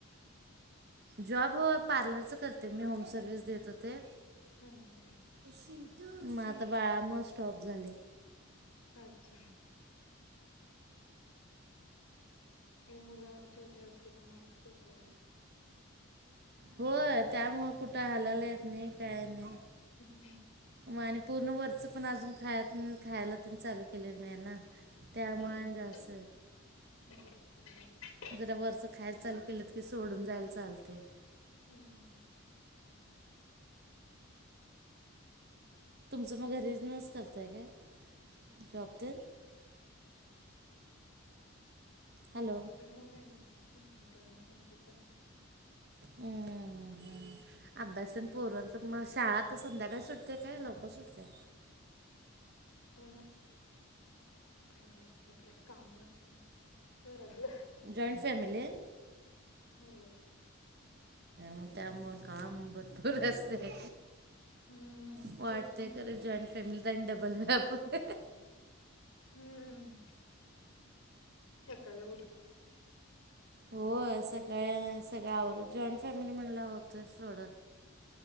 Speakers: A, on the right (about 45°); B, on the left (about 80°).
A: जॉब हो पार्लरच करते मी होम सर्व्हिस देत होते.
B: हम्म हम्म
A: मग आता बाळा मुळे स्टॉप झाले.
B: अच्छा. हे मुलं छोटे असले का मग असच होत ना.
A: होय त्यामुळ कुठ हालायला येत नाही काय नाही.
B: हम्म
A: मग आणि पूर्ण वरच पण अजून खाय न खायला ते न चालू केलेलं नाही ना. त्यामुळे
B: हम्म.
A: आन जास.
B: बरोबर बरोबर.
A: जरा वरचं खायला चालू केलंत की सोडून जायला चालतय.
B: हम्म.
A: तुमच मग बुसिनेस करत आहे काय जॉबत, हॅलो
B: ना नामचे पण आहे जॉइंट फॅमिलीच आहे.
A: हा हां. अभ्यास तण पोरांच मग, शाळा तर संध्याकाळी सुटते काय लवकर सुटत्या.
B: <unintelligible> फॅमिली आहे, प्लस काम पण असतं घरातलं
A: जॉईंट फॅमिली हे..
B: हो.
A: म तेमुळ काम भरपूर ऽ असतय,
B: हम्म
A: वाटतय
B: तेच ना
A: खर जॉईनट फॅमिलीऽ ता डबल वॅप होतय.
B: हम्म्म. थकायला होतऽ
A: होय
B: हम्म
A: सकाळ सगळ आवर. जॉईनऽ फॅमिली म्हणलावर होतयच थोड.